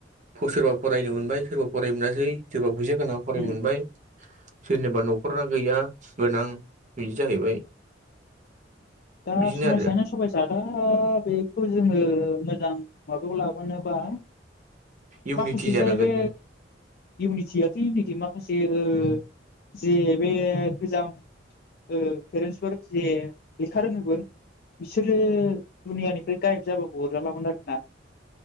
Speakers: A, on the right; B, on the left.
A: सोरबा फरायनो मोनबाय सोरबा फराय मोनासै सोरबा फैसा गोनां फराय
B: उम
A: मोनबाय सोरनोबा न'खरा गैया गोनां बिदि जाहैबाय
B: दा
A: बिदिनो
B: सुखुमायसेयानो
A: आरो
B: समाय जादा बेखौ जोङो मोजां माबायाव लाबोनोबा
A: इउनिटि
B: माखासे
A: जानांगोन
B: जाहै बे
A: नों
B: इउनिटियाथ' इउनिटि माखासे ओ
A: उम
B: जे बे गोजाम पेरेन्टसफोर जे लेखा रोङैफोर बिसोरो दुनियानिफ्राय गाइब जाबाबो अरजालामोन आरोना